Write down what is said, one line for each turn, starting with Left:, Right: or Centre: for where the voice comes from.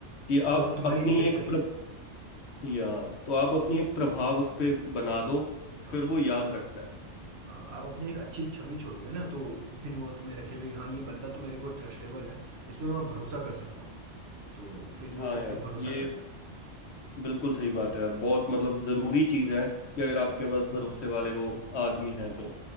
Left: कि
Right: तब
Left: आप
Right: वो तुम्हारी
Left: अपनी
Right: इज्जत
Left: एक प्र... या तो आप अपनी एक प्रभाव उस पे बना दो
Right: करेगा
Left: फिर वो याद रखता है
Right: हाँ आप अपनी एक अच्छी छवि छोड़ोगे ना तो वो फिर वो तुम्हें रखेगा कि हाँ ये बंदा तो मेरे को ट्रस्टेबल है इसमें मैं भरोसा कर सकता हूँ तो फिर वो
Left: हाँ
Right: तुम
Left: यार
Right: पे भरोसा
Left: ये
Right: करता है
Left: बिल्कुल सही बात है यार बहुत मतलब जरूरी चीज है कि अगर आपके पास भरोसे वाले वो आदमी हैं तो